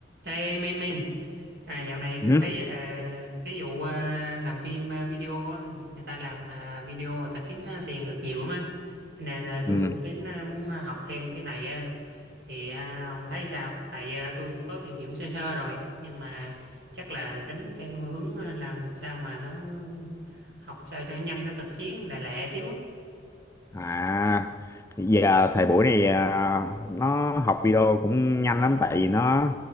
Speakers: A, on the right; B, on the left.
A: Ê Min Min à, dạo này
B: Ừ.
A: tôi thấy là cái vụ ờ, làm phim ờ, video á người ta làm ờ, video người ta kiếm ờ, tiền được nhiều lắm á Cho nên là tôi
B: Ừ.
A: cũng tính ờ, muốn ờ, học thêm cái này á thì ờ, ông thấy sao tại ờ, tôi cũng có tìm hiểu sơ sơ rồi nhưng mà chắc là tính theo hướng ờ, làm sao mà nó học sao cho nhanh nó thực chiến lẹ lẹ xíu á
B: À giờ thời buổi này à, nó học video cũng nhanh lắm tại vì nó